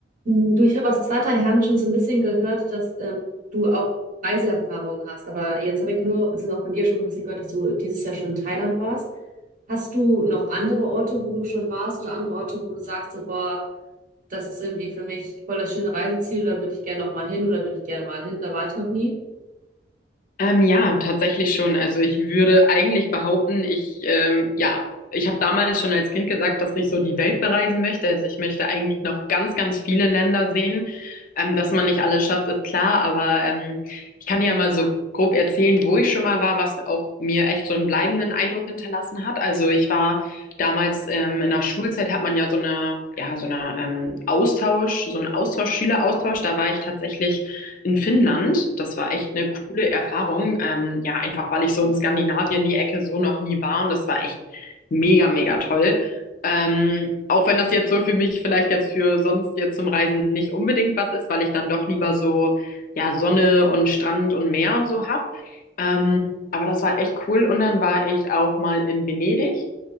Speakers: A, on the right; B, on the left.
A: Hm, Du, ich habe aus zweiter Hand schon so ein bisschen gehört, dass ähm, du auch Reiseerfahrung hast. Aber jetzt habe ich nur, beziehungsweise auch von dir schon so ein bisschen gehört, dass du dieses Jahr schon in Thailand warst. Hast du noch andere Orte, wo du schon warst oder andere Orte, wo du sagst, so, boah, das ist irgendwie für mich voll das schöne Reiseziel, da würde ich gerne noch mal hin oder würde ich gerne mal hin, da war ich noch nie?
B: Ähm, ja, tatsächlich schon. Also ich würde eigentlich behaupten, ich, ähm, ja, ich habe damals schon als Kind gesagt, dass ich so die Welt bereisen möchte. Also ich möchte eigentlich noch ganz, ganz viele Länder sehen. Ähm, dass man nicht alles schafft, ist klar, aber ähm, ich kann dir ja mal so grob erzählen, wo ich schon mal war, was auch mir echt so einen bleibenden Eindruck hinterlassen hat. Also ich war damals ähm, in der Schulzeit hat man ja so eine, ja, so eine ähm, Austausch, so einen Austausch, Schüleraustausch. Da war ich tatsächlich in Finnland. Das war echt eine coole Erfahrung. Ähm, ja, einfach weil ich so in Skandinavien die Ecke so noch nie war und das war echt mega, mega toll. Ähm, auch wenn das jetzt so für mich vielleicht jetzt für sonst jetzt zum Reisen nicht unbedingt was ist, weil ich dann doch lieber so, ja, Sonne und Strand und Meer und so hab. Ähm, aber das war echt cool. Und dann war ich auch mal in Venedig.